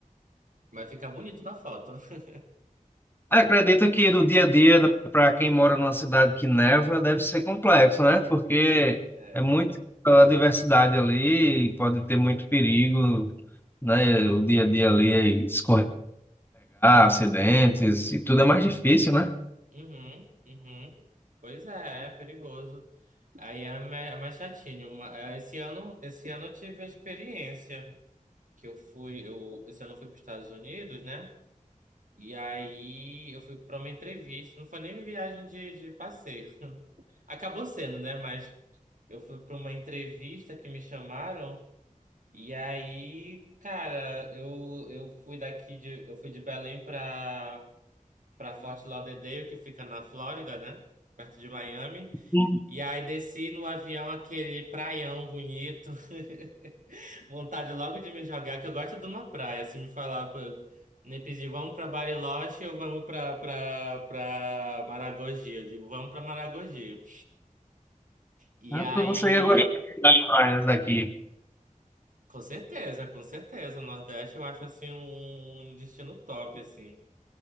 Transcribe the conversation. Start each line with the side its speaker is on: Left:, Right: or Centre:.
Right: Mas fica bonito na foto. <laughs>
Left: Acredito que no dia a dia, para quem mora numa cidade que neva, deve ser complexo, né? Porque
Right: É.
Left: é muita diversidade ali, e pode ter muito perigo, né? O dia a dia ali é escorregar, acidentes, e tudo é mais difícil, né?
Right: Uhum, uhum. Pois é, é perigoso. Aí é mais é mais chatinho. ma- é, Esse ano, esse ano eu tive a experiência que eu fui, eu, esse ano eu fui para os Estados Unidos, né? E aí eu fui para uma entrevista. Não foi nem viagem de, de passeio. Acabou sendo, né? Mas eu fui para uma entrevista que me chamaram. E aí, cara, eu, eu fui daqui de, eu fui de Belém para para Fort Lauderdale, que fica na Flórida, né? Perto de Miami.
Left: Sim.
Right: E aí desci no avião aquele praião bonito. <laughs> Vontade logo de me jogar, que eu gosto de uma praia. Se me falar, pô, me pedir, vamos pra Bariloche ou vamos pra, pra, pra Maragogi? Eu digo, vamos pra Maragogi. E
Left: Então
Right: aí,
Left: você ia agora das praias daqui.
Right: com certeza, com certeza. O Nordeste eu acho assim um destino top, assim.